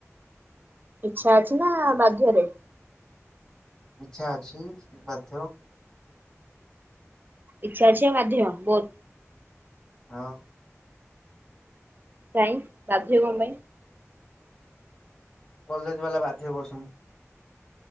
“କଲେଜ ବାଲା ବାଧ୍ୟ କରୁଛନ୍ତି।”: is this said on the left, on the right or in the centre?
Left